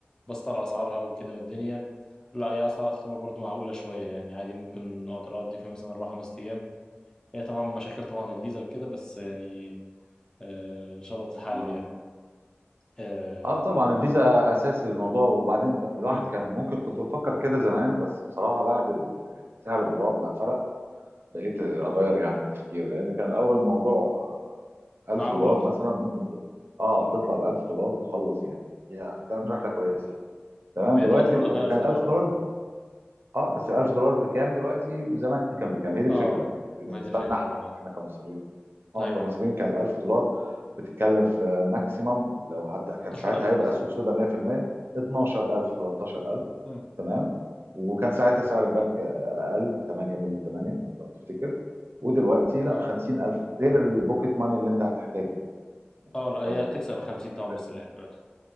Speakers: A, on the left; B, on the right.
A: بصت على اسعارها وكده والدنيا لا هي اسعارها تعتبر برضو معقوله شويه يعني عادي ممكن اقدر اقضي فيها مثلا اربع خمس ايام هي طبعا مشاكل طبعا الفيزا وكده بس يعني آه، ان شاء الله تتحل
B: اه
A: يعني آه،
B: اه طبعا الفيزا اساس الموضوع وبعدين الواحد
A: مم.
B: كان ممكن كنت بفكر كده زمان بس بصراحه بعد ال- سعر الدولار ما فرق بقيت اغير يعني التفكير لان كان الاول الموضوع 1000
A: معقول
B: دولار
A: اكتر
B: مثلا ممكن تط- اه تطلع ب 1000 دولار وتخلص يعني فيها تعمل
A: مم.
B: رحله كويسه يعني. تمام
A: ما
B: دلوقتي
A: هي دلوقتي برضه
B: ال-
A: حوالي
B: وكان
A: 1000
B: ال
A: دولار
B: 1000 دولار
A: أهو.
B: اه بس ال 1000 دولار بكام دلوقتي وزمان كان بكام هي دي الفكره
A: اه
B: يعني بالنسبه
A: ما دي الفكرة
B: لنا
A: طبعا
B: احنا احنا كمصريين اه
A: ايوه
B: كمصريين كان ال 1000 دولار بتتكلم في ماكسيمم لو حتى
A: 16000
B: كان ساعتها هيبقى
A: مثلا
B: سوق سودا 100% 12000 13000
A: مم.
B: تمام وكان ساعتها
A: اه
B: سعر البنك اقل 8.8 لو تفتكر ودلوقتي لا
A: اه
B: 50000 غير البوكيت ماني اللي انت هتحتاجه يعني
A: اه لا
B: برضه
A: هي هتكسر ال 50 طبعا
B: محتاج
A: مستريح دلوقتي